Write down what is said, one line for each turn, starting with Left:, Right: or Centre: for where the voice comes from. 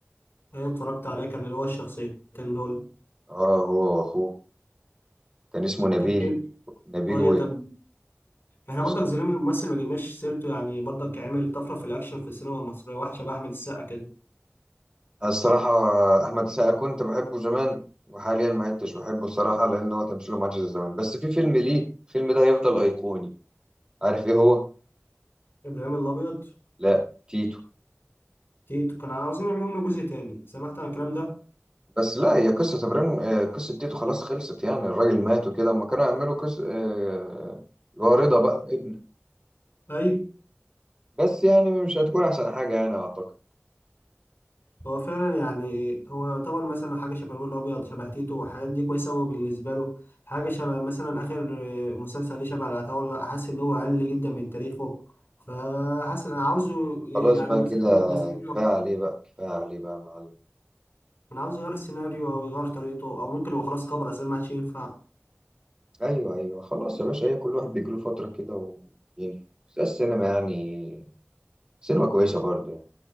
Left: أنا اتفرجت عليه كان اللي هو الشخصيتين دول
Right: اه هو واخوه كان اسمه نبيل
Left: طب كيف
Right: نبيل
Left: أه يا- طب احنا
Right: و...
Left: برضك ظلمنا الممثل ما جبناش سيرته يعني برضك عمل طفرة في الأكشن في السينما المصرية واحد شبه أحمد السقا كده
Right: الصراحة أحمد السقا كنت بحبه زمان وحاليا ما عدتش بحبه الصراحة لأن هو تمثيله ما عادش زي زمان بس في فيلم ليه الفيلم ده هيفضل أيقوني عارف إيه هو؟
Left: إبراهيم الأبيض
Right: لا تيتو
Left: تيتو كانوا عاوزين يعملوا منه جزء تاني سمعت عن الكلام ده؟
Right: بس لا هي قصة إبراهيم آه، قصة تيتو خلاص خلصت يعني الراجل مات وكده أما كانوا يعملوا قصة آه، اللي هو رضا بقى ابنه
Left: أيوه
Right: بس يعني مش هتكون أحسن حاجة يعني أعتقد
Left: هو فعلا يعني هو يعتبر مثلا حاجة شبه الولد الأبيض شبه تيتو والحاجات دي كويسة أوي بالنسبة له حاجة شبه مثلا آخر آه، مسلسل ليه شبه العتاولة حاسس إن هو أقل جدا من تاريخه فحاسس أنا عاوزه ي-
Right: خلاص
Left: يعني
Right: بقى
Left: مثلا
Right: كده
Left: يبقى سيناريو
Right: كفاية
Left: أكتر.
Right: عليه بقى كفاية عليه بقى يا معلم
Left: أنا عاوز يغير السيناريو أو يغير طريقته أو ممكن هو خلاص كبر أساسا ما عادش ينفع
Right: أيوه أيوه خلاص يا باشا هي كل واحد بيجيله فترة كده وينهي بس السينما يعني سينما كويسة برضه يعني.